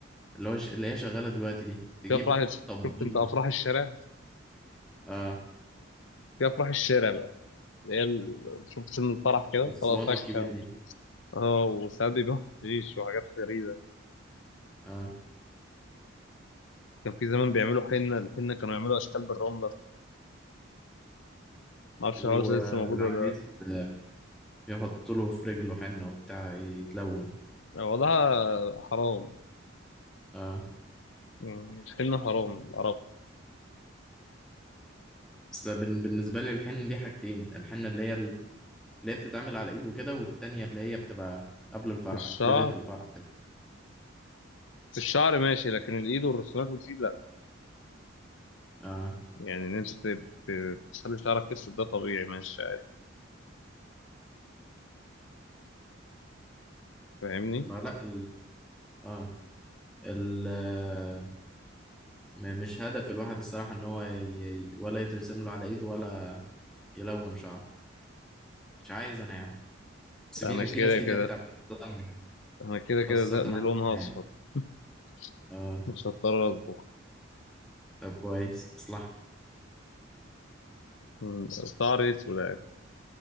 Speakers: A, in the centre; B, on the left.
A: اللي هو ش... اللي هي شغالة دلوقتي دي تجيب
B: في افراح
A: طبال
B: شفت انت افراح الشارع
A: اه
B: في افراح الشارع بقى اللي هي ال- شفت فيلم الفرح كده
A: الصواني
B: طلع فاكهة
A: الكبير دي
B: اه وساعات بيبيعوا حشيش وحاجات غريبة
A: اه
B: كان في زمان بيعملوا حنة الحنة كانوا يعملوا أشكال بالرملة ما أعرفش
A: و...
B: الحوار ده لسه موجود
A: والعريس
B: ولا
A: آه، يحط له في رجله حنة وبتاع يتلون
B: لأ وضعها حرام
A: اه
B: يعني الحنة حرام عرفت
A: بس ده بن... بالنسبة لي الحنة دي حاجتين الحنة اللي هي ال- اللي هي بتتعمل على ايد وكده والتانية اللي هي بتبقى قبل الفرح
B: الشعر
A: ليلة الفرح كده
B: الشعر ماشي لكن الايد والرسومات ودي لا
A: اه
B: يعني ان انت ت- ت- تخلي شعرك اسود ده طبيعي ماشي عادي فاهمني
A: ما لا ال... اه ال آه، م- مش هدف الواحد الصراحة ان هو ي... ي- ولا يترسم له على ايده ولا يلون شعره مش عايز انا يعني بس
B: انا
A: في
B: كده
A: في ناس كتير
B: كده
A: بتعمل خاصة
B: انا كده كده
A: خاصة
B: ده من
A: عندنا
B: لونها
A: يعني
B: اصفر <laughs>
A: اه
B: مش هضطر اصبغ
A: طب كويس مصلحة
B: من- شعري اسود يعني